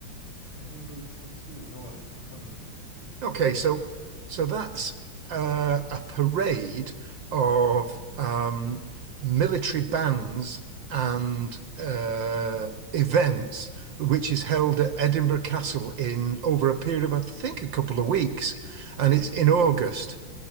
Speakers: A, on the left; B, on the right.
A: Edinburgh Tattoo. No, I haven't actually.
B: Okay, so so that's uh, a parade of um, military bands and uh, events, which is held at Edinburgh Castle in over a period of I think a couple of weeks, and it's in
A: Hmm.
B: August.